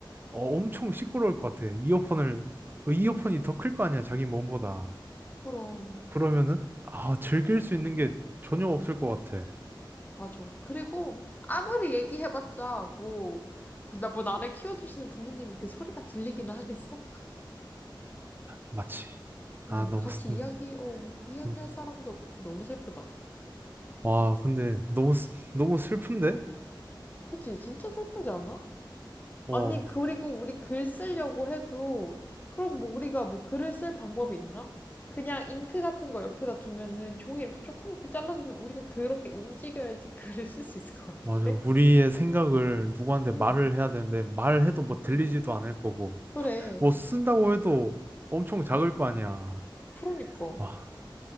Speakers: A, on the right; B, on the left.
A: 어, 엄청 시끄러울 것 같아. 이어폰을, 어, 이어폰이 더 클 거 아니야, 자기 몸보다.
B: 그럼.
A: 그러면은, 아, 즐길 수 있는 게 전혀 없을 것 같아.
B: 맞아. 그리고 아무리 얘기해봤자 뭐, 뭐 나, 뭐 나를 키워주시는 부모님이 그 소리가 들리기는 하겠어?
A: 마치. 아,
B: 음,
A: 너무,
B: 같이
A: 슬-
B: 이야기, 어, 이야기할
A: 음.
B: 사람도 없고 너무 슬프다.
A: 와, 근데 너무, 슬- 너무 슬픈데?
B: 그치? 진짜 슬프지 않아?
A: 어,
B: 아니, 그리고 우리 글 쓰려고 해도 그럼 뭐 우리가 뭐 글을 쓸 방법이 있나? 그냥 잉크 같은 거 옆에다 두면은 종이 이렇게 조그맣게 잘라주면 우리가 그렇게 움직여야지 <laughs> 글을 쓸 수 있을 것 같은데?
A: 맞아. 우리의 생각을 누구한테 말을
B: 응,
A: 해야 되는데, 말해도 뭐 들리지도
B: 응.
A: 않을 거고,
B: 그래.
A: 뭐 쓴다고 해도 엄청 작을 거 아니야.
B: 그러니까.
A: 와,